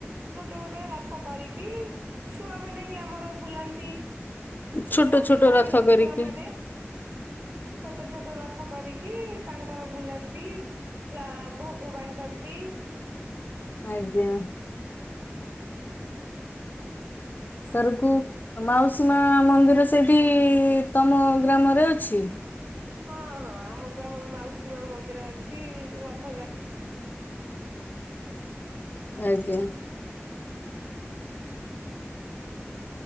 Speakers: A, on the right; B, on the left.
A: ଗୋଟେ ଗୋଟେ ରଥ କରିକି, ଛୁଆମାନେ ବି ଆମର ବୁଲାନ୍ତି,
B: ଛୋଟ
A: ପ୍ରତି
B: ଛୋଟ
A: ସାାହିର
B: ରଥ କରିକି।
A: ଛୁଆ ମାନେ ଛୋଟ ଛୋଟ ରଥ କରିକି ତାଙ୍କର ବୁଲାନ୍ତି ଚା ଭୋଗ ବାଣ୍ଟନ୍ତି।
B: ଆଜ୍ଞା। ତରକୁ ମାଉସୀ ମା ମନ୍ଦିର ସେଇଠି ତମ ଗ୍ରାମରେ ଅଛି?
A: ହଁ ହଁ ଆମ ଗ୍ରାମରେ ମାଉସୀ ମା ମନ୍ଦିର ଅଛି ରଥଯା
B: ଆଜ୍ଞା।